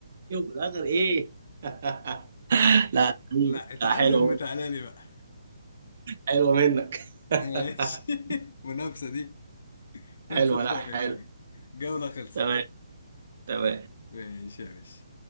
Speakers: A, on the right; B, on the left.
A: في الاخر ايه <laughs> لا
B: لا اتعلم
A: حلو
B: وتعالى لي بقى
A: حلو منك
B: <laughs>
A: <laughs>
B: ماشي منافسة دي 2
A: حلو
B: 0
A: لا
B: يا
A: حلو
B: باشا الجولة خلصت
A: تمام تمام
B: ماشي يا باشا